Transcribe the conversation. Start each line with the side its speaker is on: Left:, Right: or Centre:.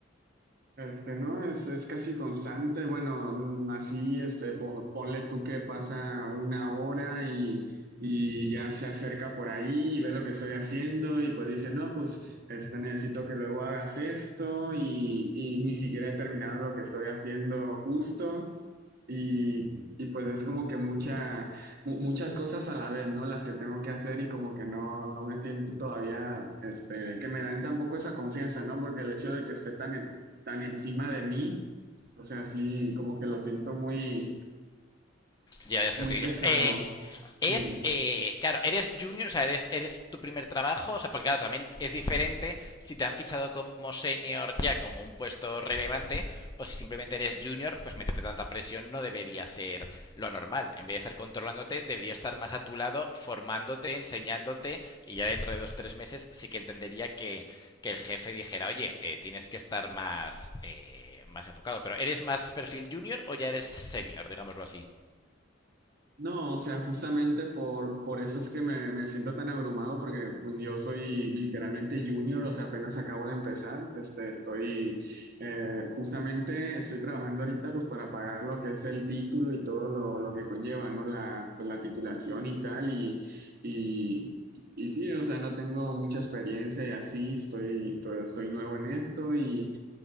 Right: Este, ¿no? Es, es casi constante. Bueno, mm, así, este, po- ponle tú que pasa una hora y, y ya se acerca por ahí y ve lo que estoy haciendo y pues dice, no, pues, este, necesito que luego hagas esto y, y ni siquiera he terminado lo que estoy haciendo justo. Y, y pues es como que mucha, mu- muchas cosas a la vez, ¿no? Las que tengo que hacer y como que no, no me siento todavía, este, que me dan tampoco esa confianza, ¿no? Porque el hecho de que esté tan, en- tan encima de mí, o sea, sí, como que lo siento muy,
Left: Ya, ya sé
Right: muy
Left: lo que dices.
Right: pesado.
Left: Eh,
Right: Sí.
Left: es, eh, claro, eres junior, o sea, eres, eres tu primer trabajo, o sea, porque claro, también es diferente si te han fichado como senior ya como un puesto relevante, o si simplemente eres junior, pues meterte tanta presión no debería ser lo normal. En vez de estar controlándote, debería estar más a tu lado, formándote, enseñándote, y ya dentro de dos o tres meses sí que entendería que, que el jefe dijera, oye, eh, tienes que estar más, eh, más enfocado. Pero, ¿eres más perfil junior o ya eres senior, digámoslo así?
Right: No, o sea, justamente por, por eso es que me, me siento tan abrumado, porque pues yo soy literalmente junior, o sea, apenas acabo de empezar. Este, estoy, eh, justamente estoy trabajando ahorita pues para pagar lo que es el título y todo lo, lo que conlleva, ¿no? La, pues, la titulación y tal, y, y, y sí, o sea, no tengo mucha experiencia y así, estoy, to- soy nuevo en esto y,